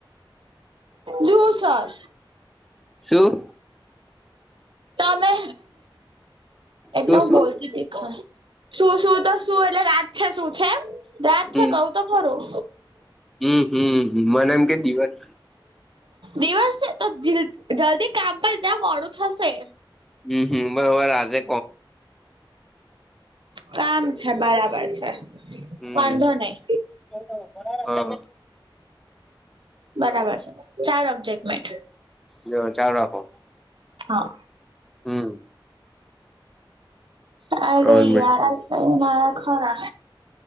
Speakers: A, on the right; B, in the centre.
A: જુસર
B: શું?
A: તો અમે એટલે
B: શું
A: હું
B: શું
A: બોલતી હતી <unintelligible> શું શું તો શું એટલે રાત છે શું છે એમ રાત
B: હમ
A: છે કઉ તો ખોરું.
B: હમ હમ મને એમ કે દિવસ
A: દિવસ તો જલ્દી કામ પર જા માડું થશે.
B: હમ હમ બરોબર આજે
A: કામ છે બરાબર છે.
B: હમ
A: વાધો નહીં.
B: <unintelligible>
A: બરાબર છે ચાર ઓબ્જેક્ટ.
B: જો ચાલું રાખો.
A: હા
B: હમ
A: અરે
B: ત્રણ મિનિટ
A: યાર
B: થઈ.
A: આયા ખરા.